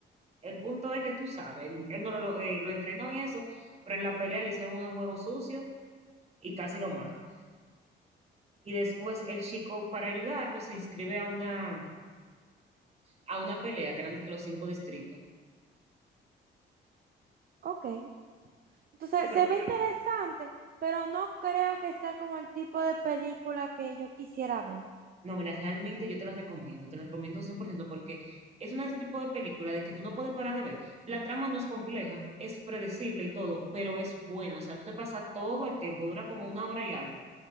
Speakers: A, on the right; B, on the right.
A: El punto es que tú sabes, él, él no lo, eh, lo entrenó en eso, pero en la pelea le hicieron unos juegos sucios y casi lo matan. Y después el chico, para ayudarlo, se inscribe a una, a una pelea que eran de que los cinco distritos.
B: Ok. Entonces
A: Sí, pero
B: se ve interesante, pero no creo que sea como el tipo de película que yo quisiera ver.
A: No, mira, realmente yo te las recomiendo, te las recomiendo 100% porque es una de ese tipo de películas de que tú no puedes parar de ver. La trama no es compleja, es predecible y todo, pero es buena. O sea, tú te pasas todo el tiempo, dura como una hora y algo,